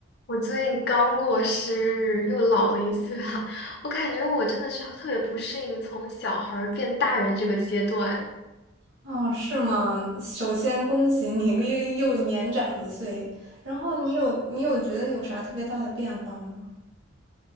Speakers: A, on the left; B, on the right.
A: 我最近刚过生日，又老了一岁了。<laughs> 我感觉我真的是特别不适应从小孩儿变大人这个阶段，
B: 哦，是吗？首先恭喜你又又年长一岁，然后你有你有觉得有啥特别大的变化吗？